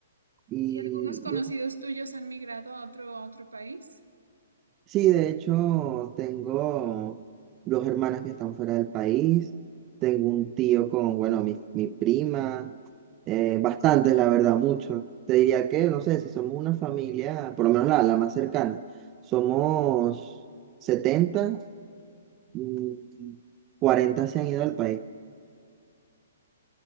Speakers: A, on the right; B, on the right.
A: Y,
B: ¿Y algunos conocidos
A: y
B: tuyos han migrado a otro, a otro país?
A: Sí, de hecho, tengo dos hermanas que están fuera del país, tengo un tío con, bueno, mi, mi prima, eh, bastantes, la verdad, muchos. Te diría que, no sé, si somos una familia, por lo menos la, la más cercana, somos setenta mm, 40 se han ido al país.